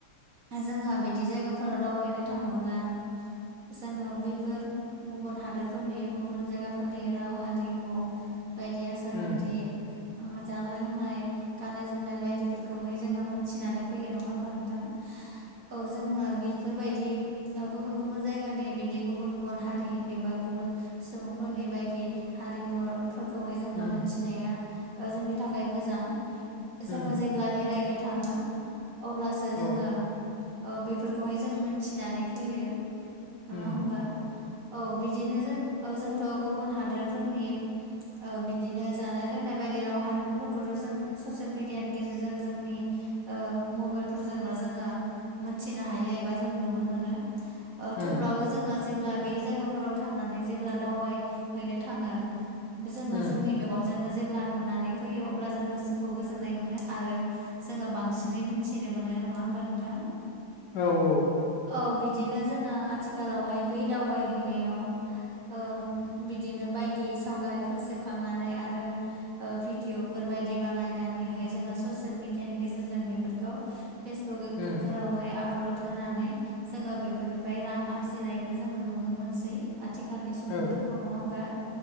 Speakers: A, on the right (about 50°); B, on the left (about 65°).
A: जोंहा बिदि जायगाफोराव दावबायनो थाङोब्ला जोङो बैफोर गुबुन हादोरफोरनि गुबुन जायगाफोरनि राव हारिमु बायदि आसार
B: उम
A: खान्थि ओ जानाय लोंनाय गाननाय जोमनाय बायदिफोरखौहाय जोङो मोनथिनानै फैयो नङा होमबा नोंथां। औ जोङो बेफोरबायदि ओ गुबुन गुबुन जायगानि बिदि गुबुन गुबुन हारि एबा गुबुन सुबुंफोरनि बायदि हारिमुफोर खौ जोङो
B: उम
A: मोन्थिनाया ओ जोंनि थाखाय मोजां
B: उम
A: जोङो जे ब्ला बेरायनो थाङो अब्लासो जोङो
B: औ
A: ओ बेफोरखौहाय जों मोनथिनानै फैयो। नङा
B: उम
A: होमबा औ बिदिनो जों ओ जोंथ' गुबुन हादोरफोरनि ओ बिदिनो जानाय रोंनाय बायदि राव हारिमुफोरखौथ' जों ससियेल मिडियानि गेजेरजों जोंनि ओ मबाइलफोरजोंनो जोङो मोनथिनो हायो एबा जों नुनो मोनो‌। ओ
B: उम
A: थेवब्लाबो जोङो जेब्ला बै जायगाफोराव थांनानै जेब्ला दावबायहैनो थाङो जोङो
B: उम
A: जोंनि मेगनजोंनो जेब्ला नुनानै फैयो अब्ला जों गोसोखौ गोजोननाय मोनो आरो जोङो बांसिनै मोनथिनो मोनो। नङा होमबा नोंथां?
B: औ औ।
A: औ बिदिनो जोङो आथिखालावहाय बै दावबायहैनायाव ओ बिदिनो बायदि सावगारिफोर सेबखांनानै आरो ओ भिडिअफोर बायदि बानायनानैहाय जोङो ससियेल मिडियानि गेजेरजों बेफोरखौ फेसबुक इउटुबफोरावहाय
B: उम
A: आबरड होनानै जोङो बेफोरनिफ्राय रां आरजिनायबो जोङो नुनो मोनसै। आथिखालनि सुबुंफोरखौ।
B: औ
A: नङा होमबा?